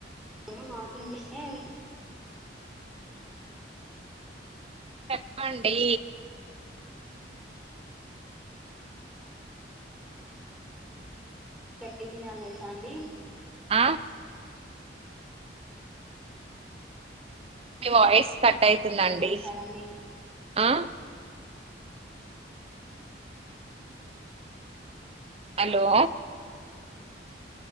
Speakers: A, in the centre; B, on the right.
A: ఏమో వాకింగ్ చెస్తె అవి
B: చెప్పండీ
A: గట్టిగ్ తినాలి తెల్సా అండి
B: ఆ మీ వాయిస్ కట్ అయితుందండి
A: వాటర్ తెలుసా అండి
B: ఆ హలో